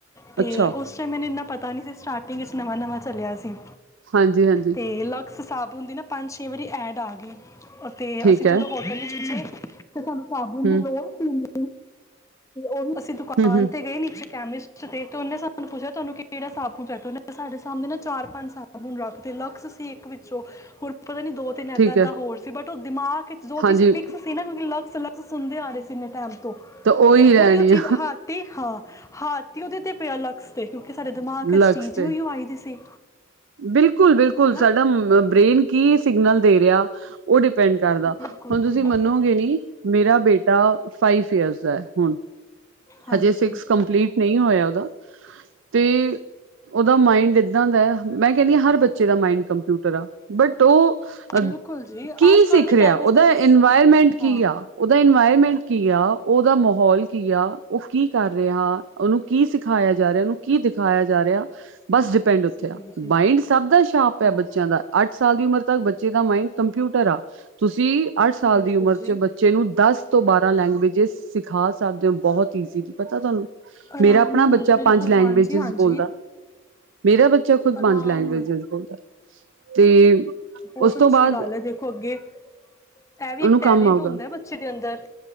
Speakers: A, on the left (about 15°); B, on the right (about 65°).
A: ਤੇ
B: ਅੱਛਾ
A: ਉਸ ਟੈਮ ਮੈਨ ਐਨਾ ਪਤਾ ਨੀ ਸੀ ਸਟਾਰਟਿੰਗ ਵਿੱਚ ਨਵਾਂ-ਨਵਾਂ ਚੱਲਿਆ ਸੀ।
B: ਹਾਂਜੀ-ਹਾਂਜੀ।
A: ਤੇ ਲਕਸ ਸਾਬੁਨ ਦੀ ਨਾ ਪੰਜ-ਛੇ ਵਾਰੀ ਐਡ ਆ ਗੀ ਤੇ
B: ਠੀਕ
A: ਅਸੀਂ
B: ਹੈ
A: ਜਦੋਂ ਹੋਟਲ ਵਿੱਚ ਗਏ ਤੇ ਸਾਨੂੰ ਸਾਬੁਨ
B: ਹਮ
A: ਦੀ ਲੋੜ ਸੀ। ਓਹ ਅਸੀਂ ਦੁਕਾਨ
B: ਹਮ ਹਮ
A: ਤੇ ਗਏ ਨਿੱਚੇ ਕੈਮਿਸਟ ਦੇਖ ਕੇ ਤੇ ਉਹਨੇ ਸਾਨੂੰ ਪੁੱਛਿਆ ਤੁਹਾਨੂੰ ਕੇੜਾ ਸਾਬੁਨ ਚਾਹੀਦਾ ਤੇ ਓਨੇ ਸਾਡੇ ਸਾਹਮਣੇ ਨਾ ਚਾਰ ਪੈ ਚਾਰ-ਪੰਜ ਸਾਬੁਨ ਰੱਖਤੇ ਲਕਸ ਸੀ ਇੱਕ ਵਿੱਚੋਂ ਹੁਣ ਪਤਾ ਨੀ ਦੋ-ਤਿੰਨ
B: ਠੀਕ
A: ਏਦਾਂ-ਏਦਾਂ
B: ਹੈ
A: ਹੋਰ ਸੀ ਬਟ ਉਹ ਦਿਮਾਗ ਜੋ
B: ਹਾਂਜੀ
A: ਚੀਜ਼ ਫਿਕਸ ਸੀ ਨਾ ਕਿਉਂਕਿ ਲਕਸ- ਲਕਸ ਸੁਨਦੇ ਆ ਰਹੇ ਸੀ ਐਨੇ ਟੈਮ ਤੋਂ
B: ਤਾਂ ਉਹੀ
A: ਤੇ ਓਹੀਓ
B: ਰਹਿਣੀ
A: ਚੀਜ਼
B: ਆ
A: ਹਾਤੀ ਹਾਂ ਹੱਥ ਇ ਓਦੇ ਤੇ ਪਿਆ ਲਕਸ ਤੇ ਕਿਉਂਕਿ ਸਾਡੇ ਦਿਮਾਗ ਚ
B: ਲਕਸ
A: ਚੀਜ਼
B: ਤੇ
A: ਈ ਓਇਓ ਆਈ ਦੀ ਸੀ।
B: ਬਿਲਕੁਲ-ਬਿਲਕੁਲ
A: ਹੈਨਾ
B: ਸਾਡਾ ਬ੍ਰੇਨ ਕੀ ਸਿਗਨਲ ਦੇ ਰਿਆ ਓ ਡਿਪੈਂਡ ਕਰਦਾ।
A: ਬਿਲਕੁਲ
B: ਹੁਣ ਤੁਸੀਂ
A: ਜੀ
B: ਮੰਨੋਗੇ ਨੀ ਮੇਰਾ ਬੇਟਾ ਫਾਈਫ ਏਅਰਸ ਦਾ ਹੁਣ
A: ਹਾਂਜੀ
B: ਹਜੇ ਸਿਕਸ ਕੰਪਲੀਟ ਨਈ ਹੋਇਆ ਓਦਾ ਤੇ ਓਦਾ ਮਾਇੰਡ ਏਦਾਂ ਦਾ ਅ। ਮੈਂ ਕਹਿਨੀ ਆ ਹਰ ਬੱਚੇ ਦਾ ਮਾਇੰਡ ਕੰਪਿਊਟਰ ਆ ਬਟ ਓ ਅ
A: ਬਿਲਕੁਲ ਜੀ
B: ਕੀ
A: ਅੱਜ ਕੱਲ
B: ਸਿੱਖ
A: ਦੇ
B: ਰਿਹਾ
A: ਟਾਈਮ ਵਿੱਚ
B: ਓਦਾ
A: ਤਾਂ ਕਿਸ
B: ਇਨਵਾਇਰਮੈਂਟ ਕੀ
A: ਹਾਂ
B: ਯਾ ਓਦਾ ਇਨਵਾਇਰਮੈਂਟ ਕੀ ਆ ਓਦਾ ਮਾਹੌਲ ਕੀ ਆ ਓਹ ਕੀ ਕਰ ਰਿਹਾ ਉਹਨੂੰ ਕੀ ਸਿਖਾਇਆ ਜਾ ਰਿਹਾ, ਓਨੂੰ ਕੀ ਦਿਖਾਇਆ ਜਾ ਰਿਹਾ ਬਸ ਡਿਪੈਂਡ ਓਥੇ ਆ।
A: ਜੀ ਜੀ
B: ਮਾਈੰਡ ਸਭ ਦਾ ਸ਼ਾਪ
A: ਹਾਂ
B: ਆ ਬੱਚਿਆਂ ਦਾ ਅੱਠ ਸਾਲ ਦੀ ਉਮਰ ਤੱਕ ਬੱਚੇ ਦਾ ਮਾਇੰਡ ਕੰਪਿਊਟਰ ਆ, ਤੁਸੀਂ ਅੱਠ ਸਾਲ
A: ਬਿਲਕੁਲ
B: ਦੀ ਉਮਰ
A: ਜੀ
B: ਚ ਬੱਚੇ ਨੂੰ ਦਸ ਤੋਂ ਬਾਰਾਂ ਲੈਂਗੁਏਜੀਸ ਸਿਖਾ ਸਕਦੇ ਓ ਬਹੁਤ ਕੀ ਸੀਗੀ ਪਤਾ ਤੁਹਾਨੂੰ
A: ਆਰਾਮ
B: ਮੇਰਾ ਆਪਣਾ
A: ਨਾਲ
B: ਬੱਚਾ
A: ਬਿਲਕੁਲ
B: ਪੰਜ ਲੈਂਗੁਏਜਿਸ
A: ਹਾਂਜੀ ਹਾਂਜੀ
B: ਬੋਲਦਾ। ਮੇਰਾ ਬੱਚਾ ਖੁਦ
A: ਆਰਾਮ
B: ਪੰਜ ਲੈਂਗੁਏਜੀਸ
A: ਨਾਲ
B: ਬੋਲਦਾ ਤੇ।
A: ਬੋਤ
B: ਉਸ ਤੋਂ
A: ਅੱਛੀ
B: ਬਾਅਦ
A: ਗੱਲ ਐ ਦੇਖੋ ਅੱਗੇ ਐ
B: ਉਹਨੂੰ
A: ਵੀ ਇੱਕ ਟੈਲੈਂਟ
B: ਕੰਮ ਆਊਗਾ
A: ਹੁੰਦਾ ਬੱਚੇ ਦੇ ਅੰਦਰ,